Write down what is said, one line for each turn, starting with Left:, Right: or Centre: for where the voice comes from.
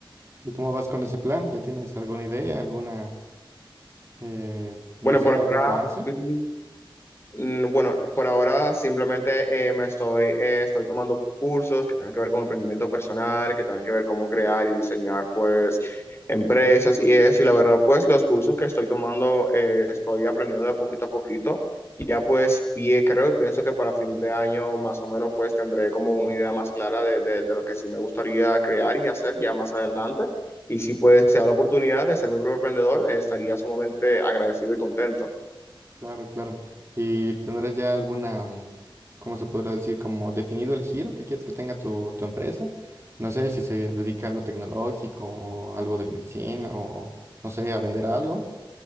Right: ¿Y cómo vas con ese plan? ¿Ya tienes alguna idea, alguna, eh, no
Left: Bueno,
Right: sé,
Left: por ahora
Right: algún avance?
Left: mm, Mm, Bueno, por ahora simplemente eh, me estoy, eh, estoy tomando cursos que tengan que ver con emprendimiento personal, que tengan que ver cómo crear y diseñar pues empresas y eso. Y la verdad pues los cursos que estoy tomando eh, estoy aprendiendo de poquito a poquito. Y ya pues pie, creo y pienso que para fin de año más o menos pues tendré como una idea más clara de, de, de lo que sí me gustaría crear y hacer ya más adelante. Y si pues se da la oportunidad de ser mi propio emprendedor, eh, estaría sumamente agradecido y contento.
Right: Claro, claro. ¿Y tendrás ya alguna, mm, cómo se podría decir, como definido el giro que quieres que tenga tu, tu empresa? No sé si se dedica a algo tecnológico o algo de medicina o, no sé, a vender algo,